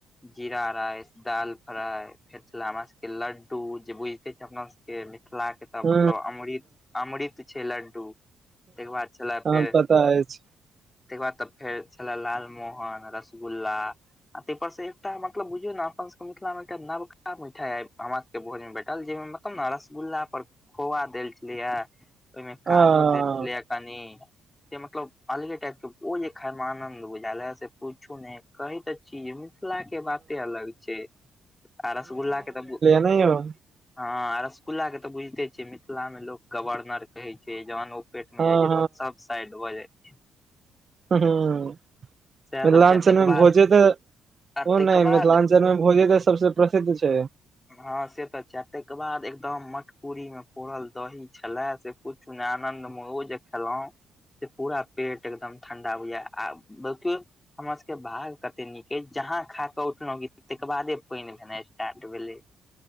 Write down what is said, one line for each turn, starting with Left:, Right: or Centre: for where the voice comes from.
Left: जीरा राइस दाल फ्राई फेर छला हमरा सबके लड्डू जे बुझ अपना सबके मिथिला के तऽ
Right: ह
Left: मतलब अमृत अमृत छै लड्डू तेकेर बाद छलै
Right: ह
Left: फेर
Right: पता अछि
Left: तै के बाद तऽ फेर छले लाल मोहन रसगुल्ला आ तेहपर से एकटा मतलब बुझियौ ने अपन सब मिथिला मे एकटा नबका मिठाई हमरा सबके भोज मे भेट ल जे मतलब ने रसगुल्ला पर खोआ देल छले ये ओहिमें
Right: ह
Left: काजू देल छलेे यै कनी से मतलब अलगे टाइप के ओ जे खाय मे आनन्द बुझायल है से पुछु ने कहैय तऽ छी मिथिला के बाते अलग छै आ रसगुल्ला के तऽ
Right: नहि यौ
Left: हँ रसगुल्ला के तऽ बुझिते छियै मिथिला मे लोक गवर्नर कहै छै जहन ओ पेट मे
Right: हँ
Left: जाइ छै तहन सब साइड भऽ जाइ
Right: मिथिलाञ्चलमे
Left: सएह सब छै ताहिके बाद
Right: भोजे तऽ
Left: आ
Right: ओ
Left: ताहिके
Right: नहि
Left: बाद
Right: मिथिलाञ्चल मे भोजे तऽ सबसे प्रसिद्ध छै
Left: हँ से तऽ छै तहिके बाद एकदम मटकुरी मे पोड़ल दही छलै से किुछु नहि आनन्दमे ओ जे खेलहुँ से पूरा पेट एकदम ठण्डा होय आब हमर सब के भाग कते नीक यै जहा खा के उठल‌उ तऽ तेकर बादे पाइन भेना स्टार्ट भेले